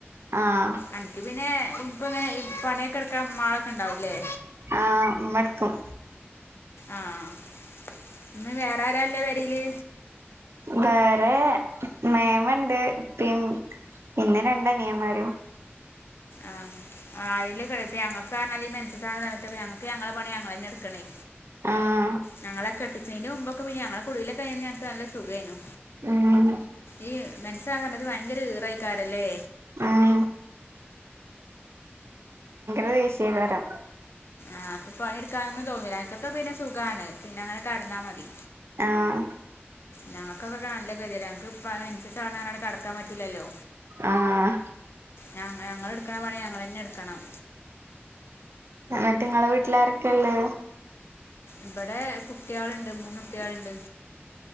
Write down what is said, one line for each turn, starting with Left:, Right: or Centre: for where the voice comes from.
Right: ആഹ്
Left: അനക്ക് പിന്നെ ഇപ്പ ഇങ്ങനെ പണിയൊക്കെ എടുക്കാൻ ഉമ്മാളൊക്കെ ഉണ്ടാവൂല്ലേ
Right: ആഹ് ഉമ്മ എടുക്കും
Left: ആഹ് ഇന്ന് വേറാരാ ഉള്ളെ പെരേല്
Right: വേറെ മേമണ്ട് ഉപ്പിയും പിന്നെ രണ്ട് അനിയന്മാരും
Left: ആഹ് ആരേലൊക്കെ എട് ഇപ്പം ഞങ്ങക്ക് കാരണം ഈ മെൻസസാവുന്ന സമയത്തൊക്കെ ഞങ്ങക്ക് ഞങ്ങളെ പണി ഞങ്ങൾ തന്നെ എടുക്കണേ
Right: ആഹ്
Left: ഞങ്ങളെ കെട്ടിച്ചതിന്റെ മുമ്പൊക്കെ പിന്നെ ഞങ്ങളെ കുടീലൊക്കെ പിന്നെ ഞങ്ങക്ക് നല്ല സുഖേയ്‌നു
Right: ഉം
Left: ഈ മെൻസസാവുന്ന സമയത്ത് ഭയങ്കര ഇറയികാരം ല്ലേ
Right: ഉം നല്ല ദേഷ്യാകാരം
Left: ആഹ് അപ്പൊ പണി എടുക്കാനൊന്നും തോന്നൂല്ല അനിക്കൊക്കെ പിന്നെ സുഖാണ് പിന്നെ അങ്ങനെ കെടന്നാ മതി
Right: ആഹ്
Left: ഞങ്ങക്കൊക്ക നല്ല <unintelligible> ഞങ്ങക്ക് ഇപ്പ മെൻസസ് ആണ് പറഞ്ഞാണ്ട് കെടക്കാൻ പറ്റൂല്ലല്ലോ
Right: ആഹ്
Left: ഞ ഞങ്ങളെടുക്കണ പണി ഞങ്ങളന്നെ എടുക്കണം
Right: ന്നിട്ട് നിങ്ങളെ വീട്ടിലാരൊക്കെയള്ളേ
Left: ഇബടെ കുട്ടികളുണ്ട് മൂന്നുട്ടികളുണ്ട്